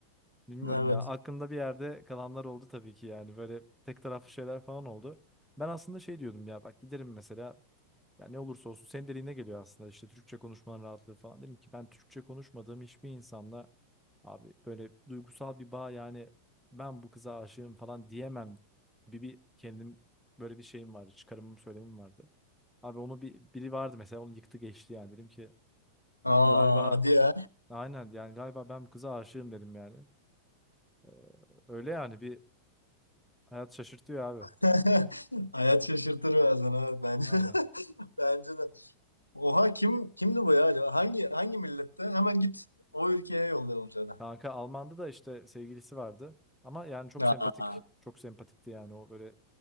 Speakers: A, in the centre; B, on the left (about 85°).
A: Bilmiyorum
B: Evet.
A: ya. Aklımda bir yerde kalanlar oldu tabii ki yani. Böyle tek taraflı şeyler falan oldu. Ben aslında şey diyordum ya bak giderim mesela ya ne olursa olsun senin dediğine geliyor aslında işte Türkçe konuşmanın rahatlığı falan. Dedim ki ben Türkçe konuşmadığım hiçbir insanla abi böyle duygusal bir bağ yani ben bu kıza aşığım falan diyemem gibi bir kendim böyle bir şeyim vardı. Çıkarımım söylemim vardı. Abi onu bir biri vardı mesela onu yıktı geçti yani dedim ki tamam
B: Aa
A: galiba
B: hadi ya.
A: aynen yani galiba ben bu kıza aşığım dedim yani. Ee, öyle yani bir hayat şaşırtıyor abi.
B: <laughs> Hayat şaşırtır bazen evet bence.
A: Aynen.
B: <laughs> Bence de. Oha kim kimdi bu ya acaba? Hangi hangi millette? Hemen git o ülkeye yollayalım seni.
A: Kanka Alman'da da işte sevgilisi vardı. Ama yani çok sempatik,
B: Aa,
A: çok sempatikti yani o böyle